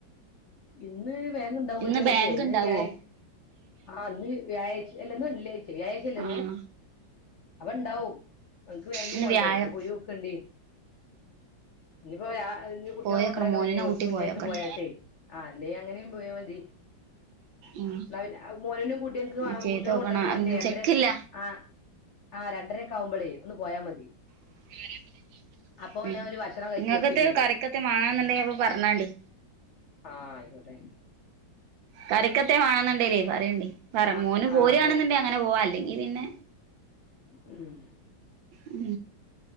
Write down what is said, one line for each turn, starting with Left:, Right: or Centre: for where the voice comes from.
Left: ഇന്ന് ബേങ്ക്ണ്ടാവല്ലോല്ലെ
Right: ഇന്ന് ബാങ്ക്
Left: ഇന്ന്
Right: ഇണ്ടാവോ
Left: വ്യാഴായ് ആ ഇന്ന് വ്യാഴായച അല്ല ഇന്ന് വെള്ളിയാ ശനിഴാഴ്ച്ചല്ലെന്ന്
Right: ആഹ്
Left: അപ്പ ഇണ്ടാവും അനക്ക് ബേങ്ക്
Right: ഇന്ന്
Left: പോണ്ടേ
Right: വ്യാഴം
Left: പോയോക്കേണ്ടി ഇനിപ്പോയാ അത്ഞ്ഞ് കുട്ടികളെ
Right: പോയോക്കണം
Left: കൊണ്ടര്ണെ
Right: മോനിനെ
Left: മുന്നേ കൊറ്ച്ച
Right: കൂട്ടി
Left: മുന്നായിട്ട്
Right: പോയോക്കട്ടെ
Left: പോയാട്ടെ ആ അല്ലേ അങ്ങനെയു പോയാമതി
Right: ഉം
Left: ന്നാ പിന്നെ അത് മോനൂനും കൂട്ടി അനക്ക്
Right: ആഹ്
Left: ആ
Right: ചെയ്തോക്കണം
Left: കുട്ടികളെ കൊണ്ട്രര്ന
Right: ഒന്നും
Left: മുന്നേ <unintelligible>
Right: ചെക്കില്ല
Left: ആ ആ രണ്ടരക്ക ആവുമ്പളേ ഒന്ന് പോയാ മതി
Right: <unintelligible>
Left: അപ്പൊ
Right: ഉം
Left: ഞാൻ ഓല് ഭക്ഷണം കഴിച്ച്
Right: നിങ്ങൾക്കത്തെ
Left: എത്തും ചെയ്യും
Right: കറിക്കത്തെ വാങ്ങണം എന്നുണ്ടെ അപ്പൊ പറ്ഞ്ഞാണ്ടി
Left: ആഹ് ആയിക്കോട്ടെ
Right: കറിക്കത്തെ വേണന്നുണ്ടല്ലേ പറയണ്ടേ പറ
Left: ആ
Right: മോനും പോരിയാണെന്നുണ്ടേ
Left: ആ അപ്പൊ
Right: അങ്ങനെ പോവാ അല്ലെങ്കി പിന്നെ
Left: ഉം
Right: ഉം